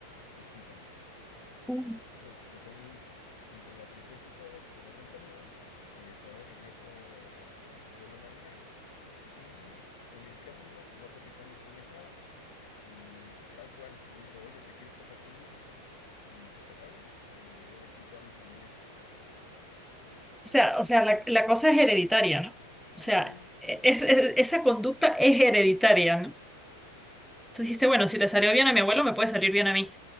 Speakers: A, on the left (about 55°); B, in the centre.
A: discúlpame.
B: Mm.
A: Entonces, pues él, entre la tristeza y todo, pues agarra un camión, eh, se va de regreso eh, a, a su pueblo en Arenal, y en el camino, pues va platicando con una chava. Y tal cual, le dijo, oye, ¿te quieres casar conmigo? Y se casaron. Y he aquí toda mi familia.
B: O sea, o sea, la, la cosa es hereditaria, ¿no? O sea,
A: Mm.
B: e- es- es- esa conducta es hereditaria, ¿no? Tú
A: Pues
B: dijiste, bueno, si le salió bien a mi abuelo, me puede salir bien a mí.